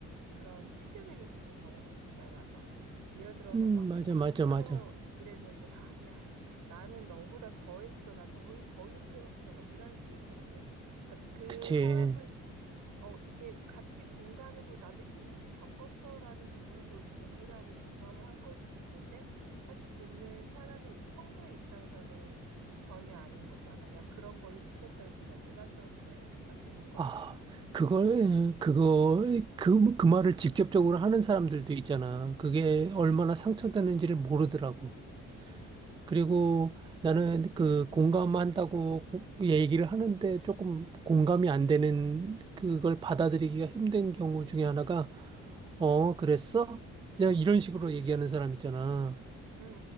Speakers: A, on the right; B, on the right.
A: 그런 피드백을 주는 경우도 있잖아. 막, 예를 들어서
B: 음,
A: 막,
B: 맞아,
A: 뭐 힘들어
B: 맞아, 맞아.
A: 이랬는데, 아, 야, 나는 너보다 더 했어. 난 너희 더 힘들었어. 막 이런 식의 것들. 그러니까 그
B: 그치.
A: 사람은, 어, 이게 같이 공감해주고, 나도 힘든 일 겪었어. 라는 부분에서 동의를 하고 공감을 한 거일 수는 있는데, 사실 듣는 사람의, 입- 청자의 입장에서는 전혀 아닌 거잖아. 야, 그런 걸로 유세 떨지 마, 유난 떨지 마, 이렇게가 되는 거니까.
B: 아, 그걸, 그거, 그, 그 말을 직접적으로 하는 사람들도 있잖아. 그게 얼마나 상처되는지를 모르더라고. 그리고 나는 그 공감한다고 고- 얘기를 하는데 조금 공감이 안 되는 그걸 받아들이기가 힘든 경우 중에 하나가, 어, 그랬어? 그냥 이런 식으로 얘기하는 사람 있잖아.
A: 응, 응,